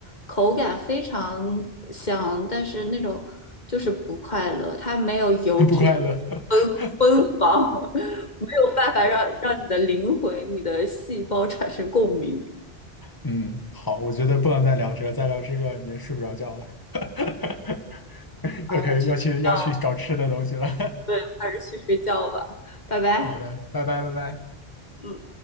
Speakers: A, on the left; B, on the left.
A: 口感非常像，但是那种就是不快乐，它没有油脂的
B: <laughs> 不快乐。<laughs>
A: 芬芬芳，<laughs> 没有办法让让你的灵魂、你的细胞产生共鸣，
B: 嗯，好，我觉得不能再聊这个，再聊这个你也睡不着觉了，<laughs>
A: 还是去睡觉
B: 要开始要去要去找吃的东西了。
A: 对，还是去睡觉吧，
B: <laughs>
A: 拜拜。
B: 好的，拜拜拜拜。
A: 嗯。